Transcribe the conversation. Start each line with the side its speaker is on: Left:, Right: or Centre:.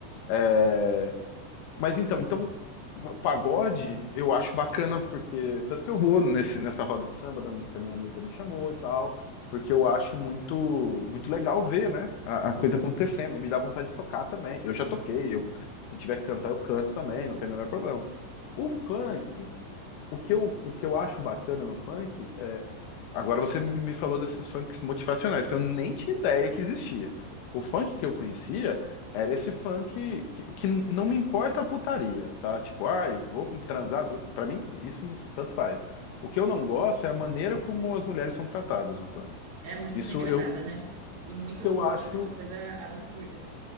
Left: É, Mas então, então pagode eu acho bacana, porque tanto que eu vou nesse, nessa roda de samba da, que a minha amiga me chamou e tal, porque eu acho muito muito legal ver, né, a, a coisa acontecendo e me dá vontade de tocar também. Eu já toquei, eu se tiver que cantar eu canto também, não tem o menor problema. O funk, o que eu, o que eu acho bacana no funk Agora você me me falou desses funks motivacionais, que eu nem tinha ideia que existia. O funk que eu conhecia era esse funk que, que não me importa a putaria, tá? Tipo, ai, vamos transar. Pra mim, isso tanto faz. O que eu não gosto é a maneira como as mulheres são tratadas no funk.
Right: É muito
Left: Isso
Right: degradada,
Left: eu,
Right: né? Em muitas
Left: eu
Right: músicas
Left: acho
Right: é uma coisa absurda.